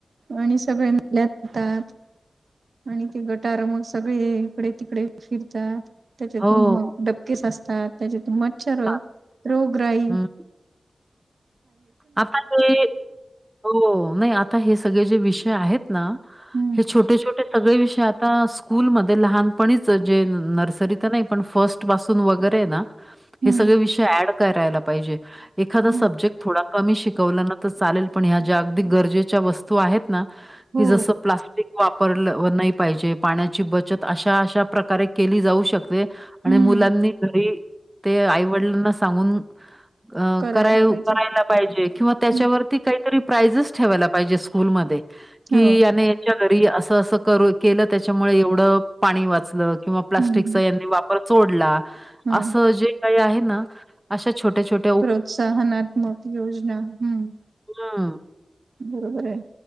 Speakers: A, on the right; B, on the right.
A: आणि सगळे नल्यात जातात आणि ते गटार मुळे सगळे इकडे तिकडे फिरतात त्याच्यातून
B: हो,
A: मग डबके साचतात त्याच्यात मच्छर
B: सांग.
A: रोग राई
B: हं. आता ते हो नाही आता हे सगळे जे विषय आहेत ना
A: हम्म
B: हे छोटे छोटे सगळे विषय आता स्कूलमध्ये लहानपणीच जे नर्सरी तर नाही पण फस्ट पासून वगैरे ना हे
A: हम्म
B: सगळे विषय अँड करायला पाहिजे एखादा
A: ह
B: सब्जेक्ट थोडा मी शिकवलाना तर चालेल पण या जागतिक गरजेच्या वस्तू आहेत ना
A: हो
B: जस जागतिक ् वापरलं नाही पाहिजे पाण्याची बचत अशा अशा प्रकारे केली जाऊ शकते आणि
A: हम्म
B: मुलांनी जरी ते आईवडिलांना सांगून अ
A: करायला
B: कराइव
A: पाहिजे
B: करायला पाहिजे किंवा
A: हम्म
B: त्याच्यावरती कायतरी प्रायजएस ठेवायला पाहिजे स्कूल मध्ये की
A: हो
B: याने च्या घरी असं अस करू केलं त्याच्यामुळे एवढं पाणी वाचलं किंवा प्लास्टिकचा
A: हम्म हम्म
B: वापर सोडला
A: हा
B: असं जे काही आहे ना अशा छोट्या छोट्या
A: प्रोत्साहनात्मक योजना हम्म
B: हम
A: बरोबर आहे